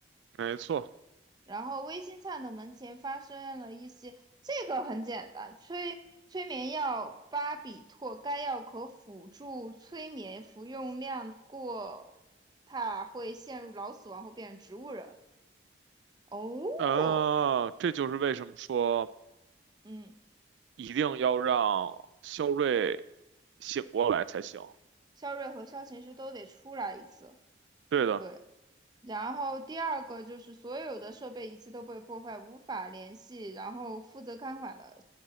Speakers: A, on the right; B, on the right.
A: 没错，
B: 然后微星灿的门前发生了一些，这个很简单，催催眠药巴比妥，该药可辅助催眠，服用量过大会陷入脑死亡或变成植物人。哦，
A: 啊，这就是为什么说
B: 嗯，
A: 一定要让肖瑞醒过来才行。
B: 肖瑞和肖琴是都得出来一次，
A: 对的，
B: 对，然后第二个就是所有的设备仪器都被破坏，无法联系。然后负责看管的